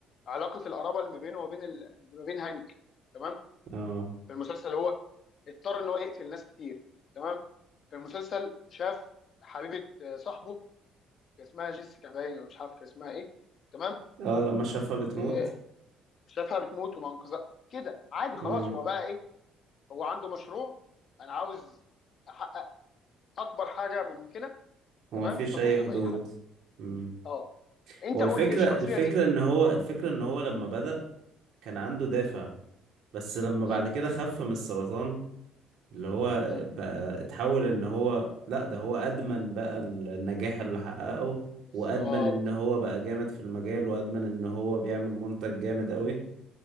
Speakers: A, on the left (about 55°); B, on the right (about 70°).
A: علاقه القرابه اللي ما بينه وبين ال... ما بين هانك تمام
B: اه
A: في المسلسل هو اضطر ان هو يقتل ناس كتير تمام في المسلسل شاف حبيبه آه، صاحبه كان اسمها جيسيكا باين ولا مش عارف كان اسمها ايه تمام
B: اه لما شافها بتموت
A: آه، شافها بتموت وما انقذها كده عادي خلاص
B: امم
A: هو بقى ايه هو عنده مشروع انا عاوز احقق اكبر حاجه ممكنه
B: هو
A: تمام
B: مفيش
A: فتظلم
B: اي حدود
A: اي حد
B: امم
A: اه انت
B: هو
A: قول
B: الفكرة
A: لي الشخصيه
B: الفكرة
A: دي
B: ان هو الفكرة ان هو لما بدأ كان عنده دافع بس لما
A: مم.
B: بعد كده خف من السرطان اللي هو
A: مم.
B: بقى اتحول ان هو لا ده هو ادمن بقى النجاح اللي حققه
A: بالظبط
B: وادمن ان هو بقى جامد في المجال وادمن ان هو بيعمل منتج جامد قوي